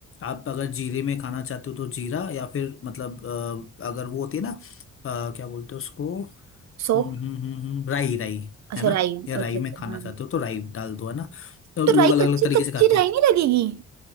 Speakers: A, on the left (about 45°); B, on the right (about 65°).
A: आप अगर जीरे में खाना चाहते हो तो जीरा या फिर मतलब अ, अगर वो होती है ना अ, क्या बोलते हैं उसको
B: सौंफ
A: हम्म हम्म हम्म, हम्म, हम्म। राई राई
B: अच्छा
A: है ना
B: राई
A: या
B: अच्छा
A: राई में
B: अच्छा
A: खाना
B: हाँ
A: चाहते हो तो राई डाल दो है ना तो
B: तो
A: लोग
B: राई
A: अलग
B: कच्ची
A: अलग तरीके
B: कच्ची
A: से खाते
B: राई
A: हैं
B: नहीं लगेगी